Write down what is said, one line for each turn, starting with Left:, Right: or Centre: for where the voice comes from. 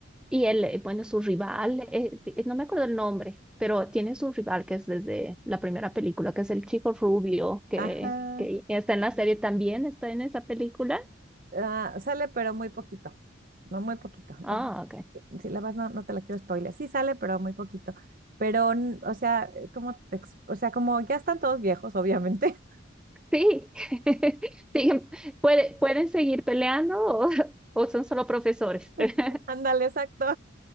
Centre: y el, eh, bueno, su rival, eh, ti- no me acuerdo el nombre, pero tiene su rival que es desde la primera película, que es el chico rubio, que,
Right: Ajá.
Centre: que está en la serie también, está en esa película.
Right: Ah, sale, pero muy poquito. No, muy poquito.
Centre: Ah,
Right: No,
Centre: ok.
Right: si, si la vas, no, no te la quiero spoiler. Sí sale, pero muy poquito. Pero, n- o sea, eh, como, te ex- o sea, como ya están todos viejos, obviamente.
Centre: Sí, <laughs> siguen, puede- pueden seguir peleando o, <laughs> o son solo profesores. <laughs>
Right: <laughs> Ándale, exacto.